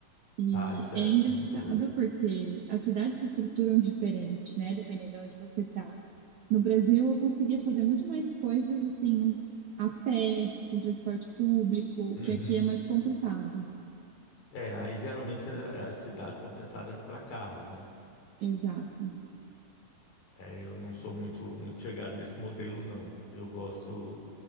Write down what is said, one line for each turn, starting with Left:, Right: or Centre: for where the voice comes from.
Right: E
Left: Ah, isso
Right: é
Left: é,
Right: engraçado
Left: é muito bom.
Right: porque as cidades se estruturam diferente, né? Dependendo de onde você está. No Brasil, eu conseguia fazer muito mais coisas assim, um- a pé, com transporte público,
Left: Uhum.
Right: que aqui é mais complicado.
Left: É, aí geralmente a- as cidades são pensadas para carros, né?
Right: Exato.
Left: É, eu não sou muito, muito chegado nesse modelo, não. Eu gosto,